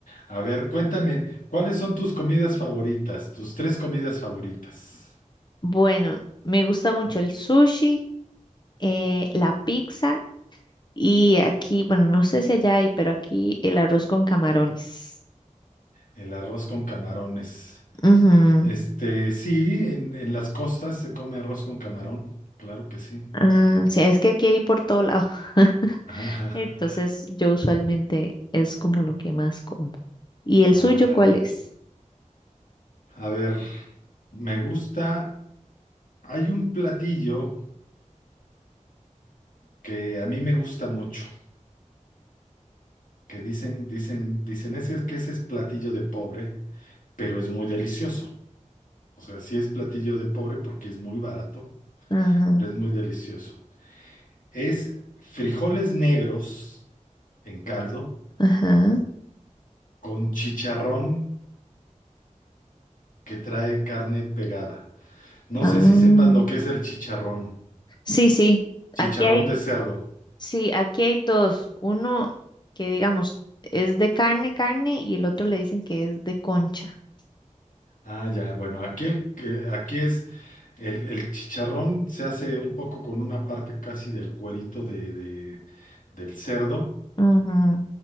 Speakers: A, on the left; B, on the left.
A: A ver, cuéntame, ¿cuáles son tus comidas favoritas? Tus tres comidas favoritas.
B: Bueno, me gusta mucho el sushi. eh, la pizza y aquí, bueno, no sé si allá hay, pero aquí el arroz con camarones.
A: El arroz con camarones.
B: Ujú.
A: Este, sí, en, en las costas se come arroz con camarón, claro que sí.
B: Ah, sí, es que aquí hay por todo lado. <laughs>
A: <laughs>
B: Entonces, yo usualmente es como lo que más como. ¿Y el
A: Ah,
B: suyo cuál
A: ya.
B: es?
A: A ver, me gusta, hay un platillo que a mí me gusta mucho, que dicen, dicen, dicen ese, que ese es platillo de pobre, pero es muy delicioso. O sea, sí es platillo de pobre porque es muy barato,
B: Ajá,
A: pero es muy delicioso. Es frijoles negros en caldo
B: ajá.
A: con chicharrón que trae carne pegada. No
B: Ah,
A: sé si sepas lo que es el chicharrón.
B: sí, sí.
A: Chicharrón
B: Aquí hay,
A: de cerdo.
B: sí, aquí hay dos. Uno que digamos es de carne, carne, y el otro le dicen que es de concha.
A: Ah, ya, bueno, aquí, el, que- aquí es el, el chicharrón se hace un poco con una parte casi del cuerito de, de- del cerdo,
B: Ajá.